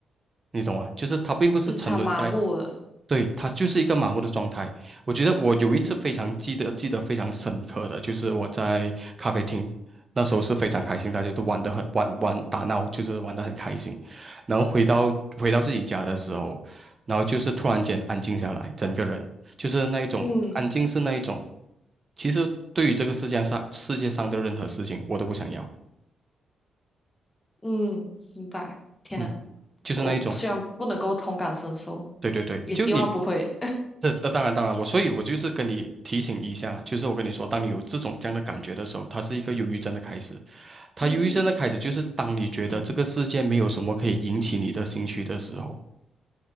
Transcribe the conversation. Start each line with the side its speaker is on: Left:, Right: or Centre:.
Right: 你懂吗？就是他并不是沉沦在
Left: 是他麻木了。
Right: 对，他就是一个麻木的状态。我觉得我有一次非常记得记得非常深刻的，
Left: 嗯
Right: 就是我在咖啡厅，那时候是非常开心，大家都玩得很玩玩打闹，就是玩得很开心。然后回到回到自己家的时候，然后就是突然间安静下来，整个人就是那一种安静是那一种，
Left: 嗯
Right: 其实对于这个世界上世界上的任何事情，我都不想要。
Left: 嗯，明白。天呐，
Right: 嗯，就是那一种，
Left: 我虽然不能够同感身受，
Right: 对对对，
Left: 也希望不会。
Right: 就你这这当然当然，我所以，我就是跟你提醒一下，就是我跟你说，当你有这种这样的感觉的时候，它是一个忧郁症的开始。它忧郁症的开始就是当你觉得这个世界没有什么可以引起你的兴趣的时候，
Left: <laughs> 嗯嗯